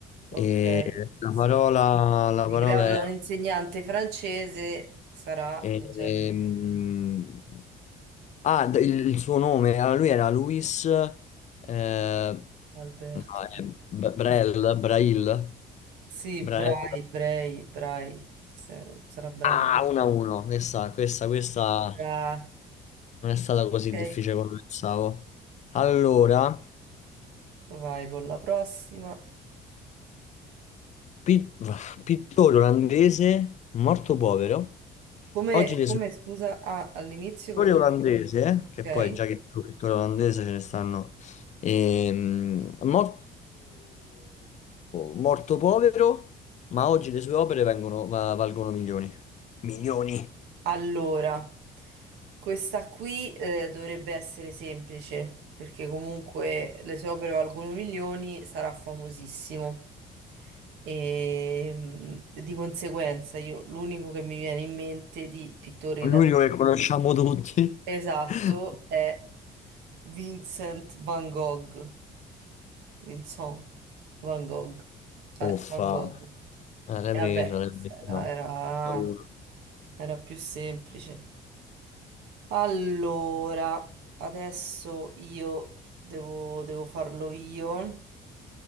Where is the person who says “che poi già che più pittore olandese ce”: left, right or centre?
Left